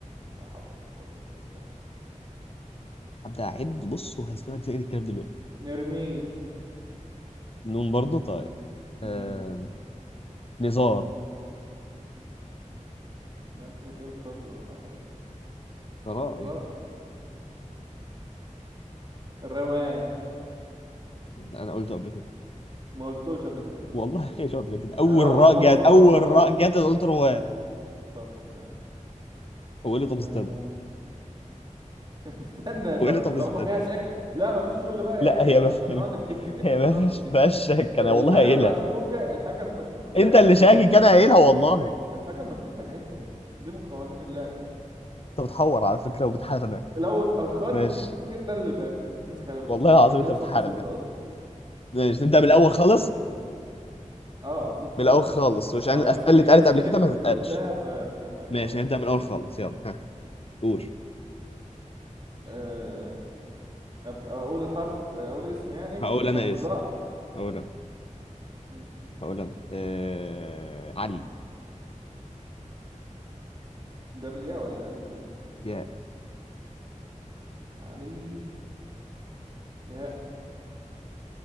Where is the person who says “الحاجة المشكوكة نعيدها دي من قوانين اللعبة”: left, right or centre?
Right